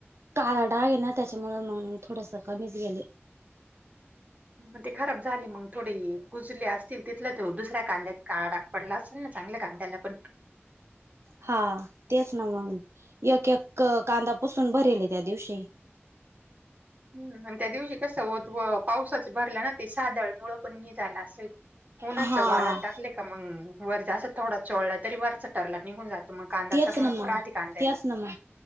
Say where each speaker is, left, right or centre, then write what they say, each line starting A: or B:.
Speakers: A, on the right; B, on the right.
A: काळा डाग आहे ना त्याच्यामुळे मग थोडस कमीच गेले.
B: ह मग ते खराब झाले मग थोडे कुजले असतील तिथलं ते दुसऱ्या कांद्या काळा डाग पडला असेल ना चांगल्या कांद्याला पण
A: हा तेच ना मग, एक एक कांदा पुसून भरेल ये त्या दिवशी.
B: ह आणि त्या दिवशी कसं होत पावसाच भरला ना, ते सादळ मुळ पण नि झाला असेल उन्हाचा
A: हा
B: वाळत टाक. का मग वर च थोडा चोळला तरी वरच टरला निघून जात. मग कांदा
A: तेच
B: चमक
A: ना मग
B: राहती कांद्याला
A: तेच ना मग